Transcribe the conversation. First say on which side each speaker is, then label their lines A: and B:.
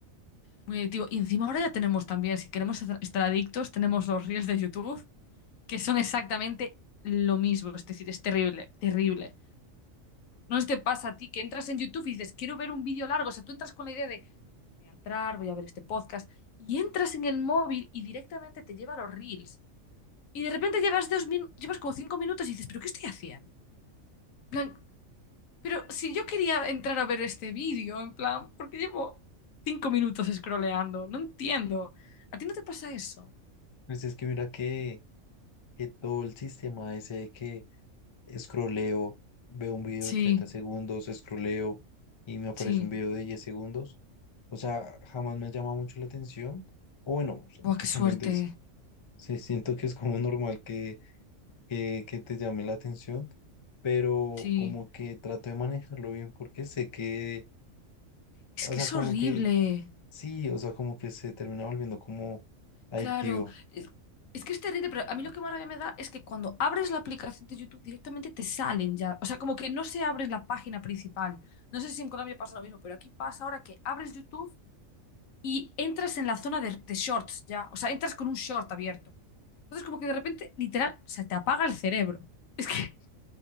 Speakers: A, on the left (about 85°); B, on the left (about 50°).
A: muy adictivo. Y encima ahora ya tenemos también, si queremos estar estar adictos, tenemos los reels de YouTube, que son exactamente lo mismo. Es decir, es terrible, terrible. No sé si te pasa a ti que entras en YouTube y dices, quiero ver un vídeo largo. O sea, tú entras con la idea de, voy a entrar, voy a ver este podcast. Y entras en el móvil y directamente te lleva a los reels. Y de repente llevas dos min- llevas como cinco minutos y dices, ¿pero qué estoy haciendo? En plan, Pero si yo quería entrar a ver este vídeo, en plan, porque llevo cinco minutos scrolleando, no entiendo. ¿A ti no te pasa eso?
B: Pues es que mira que, que todo el sistema ese de que Scrolleo, veo un video
A: Sí,
B: de 30 segundos, scrolleo y me aparece
A: sí.
B: un video de 10 segundos. O sea, jamás me llama mucho la atención. O bueno, <laughs>
A: Buah,
B: o
A: qué
B: obviamente
A: suerte.
B: sí, sí siento que es como normal que, que, que te llame la atención, pero
A: Sí.
B: como que trato de manejarlo bien porque sé que,
A: Es
B: o
A: que
B: sea,
A: es
B: como
A: horrible.
B: que sí, o sea, como que se termina volviendo como adictivo.
A: Claro. Es, es que es terrible, pero a mí lo que más rabia me da es que cuando abres la aplicación de YouTube directamente te salen ya. O sea, como que no se abre la página principal. No sé si en Colombia pasa lo mismo, pero aquí pasa ahora que abres YouTube y entras en la zona de, de shorts ya, o sea, entras con un short abierto. Entonces como que de repente, literal, se te apaga el cerebro. Es que,